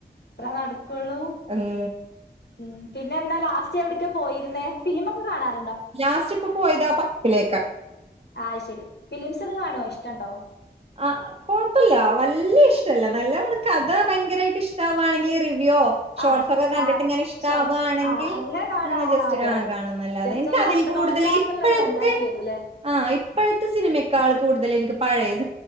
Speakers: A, on the left; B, on the right.
A: അത്ര നടക്കുള്ളൂ
B: ഉം
A: ഉം പിന്നെ എന്താ ലാസ്റ്റ് എവിടെക്കാ പോയിരുന്നെ ഫിലിമൊക്കെ കാണാൻ
B: ലാസ്റ്റിപ്പം പോയതാ പാര്‍കോകിലക്കാണ്
A: അത് ശരി ഫിലിംസ് ഒക്കെ കാണോ ഇഷ്ട്ടണ്ടോ
B: ആ കുഴപ്പമില്ല വല്യഷ്ട്ടല്ല നല്ലവണ്ണം കഥ ഭയങ്കരമായിട്ട് ഇഷ്ടാവാണെങ്കിൽ റിവ <unintelligible> ഷോർട്സ്
A: ആഹ്
B: കണ്ടിട്ട്
A: ആഹ്
B: ഇങ്ങനെ ഇഷ്ടവാണെങ്കിൽ
A: ഷോർട്സ് ആഹ് അങ്ങനെ കാണാ ആ,
B: ജസ്റ്റ്
A: അതെ അതെ
B: കാണുന്നലാതെ
A: ജസ്റ്റ് ഒന്ന്
B: അതിൽ
A: കണ്ടു
B: കൂടുതൽ
A: നോക്കാന്നുള്ളൊരു
B: ഇപ്പോഴത്തെ
A: മെന്റാലിറ്റി വരൂല്ലേ
B: ആ ഇപ്പോഴത്തെ സിനിമക്കാൾ കൂടുതൽ എനിക്ക് പഴയ സിനിമ